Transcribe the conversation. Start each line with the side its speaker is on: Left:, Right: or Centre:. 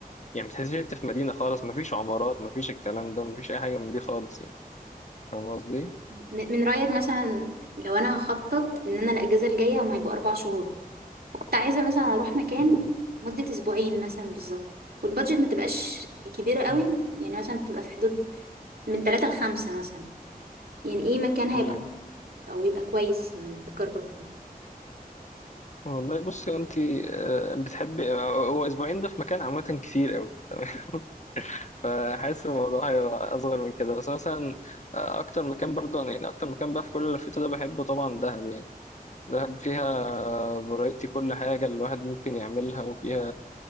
Left: يعني ما تحسش أنت في مدينة خالص ما فيش عمارات ما فيش الكلام ده ما فيش أي حاجة من دي خالص يعني فاهم قصدي؟
Right: من من رأيك مثلا لو أنا هخطط إن أنا الأجازة الجاية هما يبقوا أربع شهور فكنت عايزة مثلا أروح مكان
Left: مم.
Right: مدة أسبوعين مثلا بالظبط والبادجت ما تبقاش كبيرة قوي
Left: مم.
Right: يعني مثلا تبقى في حدود من ثلاثة لخمسة مثلا يعني إيه مكان هيبقى
Left: مم.
Right: أو يبقى كويس من تجربتك يعني
Left: والله بصي أنت آه، بتحبي آه، هو أسبوعين ده في مكان عامة كتير أوي <laughs> فحاسس الموضوع هيبقى أصغر من كده بس مثلا آه، أكتر مكان برضه يعني أكتر مكان بقى في كل اللي لفيته ده بحبه طبعا دهب يعني دهب فيها فرايتي كل حاجة الواحد ممكن يعملها وفيها